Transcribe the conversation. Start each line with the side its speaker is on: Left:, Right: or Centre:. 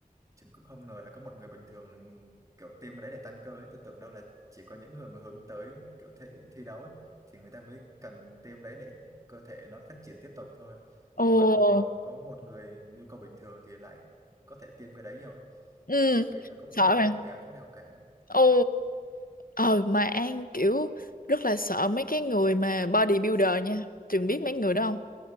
Right: ฉัcũng không ngờ là có một người bình thường kiểu tiêm vào đấy để tăng cơ ấy. Tôi tưởng đâu là chỉ có những người mà hướng tới kiểu thể thi đấu ấy, thì người ta mới cần tiêm đấy để cơ thể nó phát triển tiếp tục thôi.
Left: ồ
Right: Nhưng mà không ngờ có một người nhu cầu bình thường thì lại có thể tiêm cái đấy nhiều ấy.
Left: ừ
Right: Tại vì nó cũng
Left: sợ
Right: không có
Left: hả
Right: bổ béo chỗ nào cả.
Left: ồ ờ mà An kiểu rất là sợ mấy cái người mà bodybuilder nha Trường biết mấy người đó không